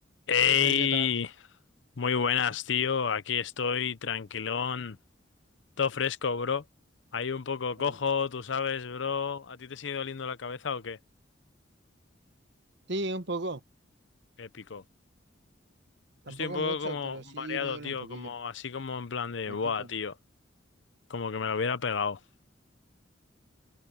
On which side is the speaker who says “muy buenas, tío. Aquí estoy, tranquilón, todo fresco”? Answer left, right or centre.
Left